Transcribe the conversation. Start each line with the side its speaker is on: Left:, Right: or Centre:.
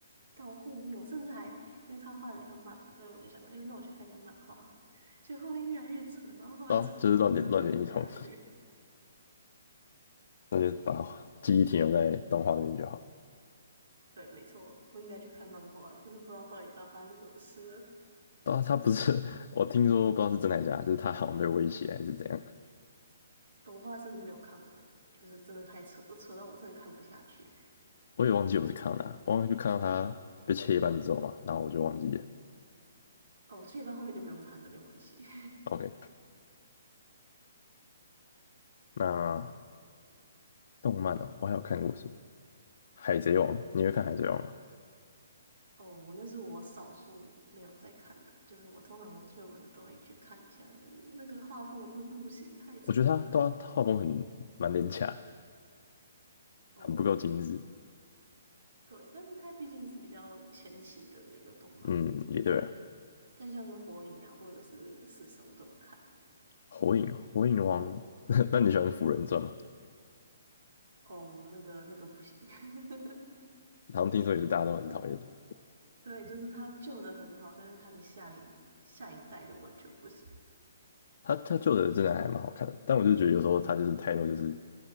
Right: 到后面，我甚至还因为他画的比较慢嘛，所以我就想说，哎，那我去看一下漫画好了。就后面越来越扯，然后后来扯到我真的看不下去。
Left: 对啊就是乱点乱点一通，<laughs>
Right: <laughs>
Left: 那就把记忆停留在动画那边就好。
Right: 对对，没错，不应该去看漫画，真是不知道到底在发生什么事了。
Left: 对啊，他不是 <laughs>，我听说不知道是真还假，就是他好像被威胁还是怎样。
Right: 我后来甚至没有看完欸，就是真的太扯了，扯到我真的看不下去。
Left: 我也忘记我是看到哪，我忘就看到他被切一半之后嘛，然后我就忘记了。
Right: 哦，这一半后面就不用看了，没有关系。<laughs>
Left: OK，那动漫哦，我还有看过什么？海贼王，你会看海贼王吗？
Right: 哦，我那是我少数没有在看的，就是我通常追文的都会去看一下的，那个画风我真的不行，太扯了。
Left: 我觉得他对啊他画风很蛮廉价的，
Right: 哦，
Left: 很不够精致。
Right: 对，但是它毕竟是比较前期的那个动漫，
Left: 嗯，也对了，
Right: 但像是火影啊或者是死神我都有看。
Left: 火影，火影王，
Right: 对，
Left: <laughs> 那你喜欢《辅人传》吗？
Right: 哦，那个那个不行，<laughs>
Left: 好像听说也是大家都很讨厌的
Right: 是，对，就是它旧的很好，但是它的下一下一代就完全不行。
Left: 他他旧的真的还蛮好看的，但我就觉得有时候他就是态度就是